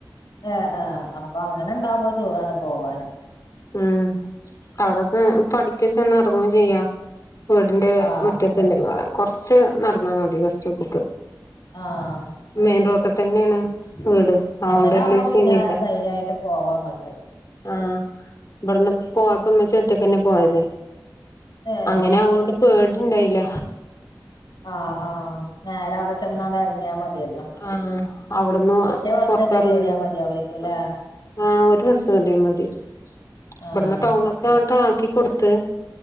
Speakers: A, on the left; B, on the left.
A: ഏ ആഹ് അപ്പൊ അങ്ങനെ ഇണ്ടാവുമ്പോ സുഖാണ് പോവാൻ.
B: ഉം അവിട്ന്ന് പഠിക്ക ചെന്ന് എറങ്ങും ചെയ്യാ വീടിന്റെ
A: ആഹ്
B: മുറ്റത്ത്. തന്നെ ഹ് കൊർച്ച് നട്ന്നാ മതി ബസ്റ്റോപ്പ്ക്ക്.
A: ആഹ്.
B: മെയിൻ റോട്ട് തന്നേണ് വീട്. അതുകൊണ്ട്
A: അങ്ങനാവുമ്പ
B: വലിയ
A: പിന്നെ
B: സീനില്ല
A: ധൈര്യായിട്ട് പോവാ അമ്മക്ക്.
B: ആഹ് ഇവട്ന്ന് പോയപ്പോ ഇമ്മച്ചി ഒറ്റക്കെന്നെ പോയത്
A: ഏഹ്
B: അങ്ങനെ ആവൊണ്ട്. പേടിണ്ടായില്ല.
A: ആഹ് ആഹ് നേര അവ്ടെ ചെന്നാണ്ട് എർങ്ങിയാ മതിയല്ലോ.
B: ആഹ് അവ്ട്ന്നു
A: ഒറ്റ ബസ്
B: പൊർത്തെർങ്ങിനു
A: തന്നെ കേറിയാ മതിയാവേക്കുംല്ലേ
B: അ. ആഹ് ഒരു ബസ്സ് കേറിയാ മതി
A: ആഹ്
B: ഇവിട്ന്ന് ടൗൺ. ക്കാണ്ടാക്കി കൊട്ത്ത്.